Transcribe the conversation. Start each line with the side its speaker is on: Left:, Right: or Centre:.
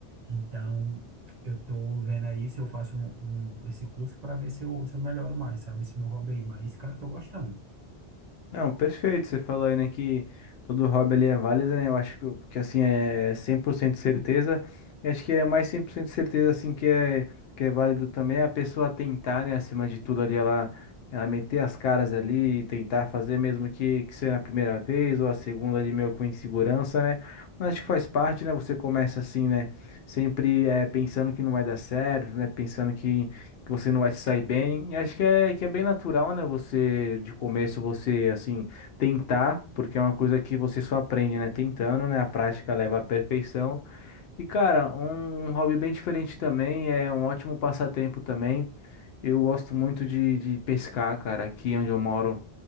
Right: Então, eu tô vendo aí se eu faço um, um- esse curso para ver se eu, se eu melhoro mais, sabe, esse meu hobby aí. Mas, cara, eu tô gostando.
Left: Não, perfeito. Você falou aí, né, que todo hobby ali é válido, né? Eu acho que, o- que assim, é 100% certeza. E acho que é mais 100% certeza, assim, que é, que é válido também a pessoa tentar, né, acima de tudo ali, ela, ela meter as caras ali e tentar fazer, mesmo que, que seja a primeira vez ou a segunda ali, meio com insegurança, né? Mas acho que faz parte, né? Você começa assim, né? Sempre eh, pensando que não vai dar certo, né? Pensando que que você não vai se sair bem. E acho que é, que é bem natural, né? Você, de começo, você, assim, tentar, porque é uma coisa que você só aprende, né? Tentando, né? A prática leva à perfeição. E, cara, um, um hobby bem diferente também, é um ótimo passatempo também. Eu gosto muito de, de pescar, cara, aqui onde eu moro.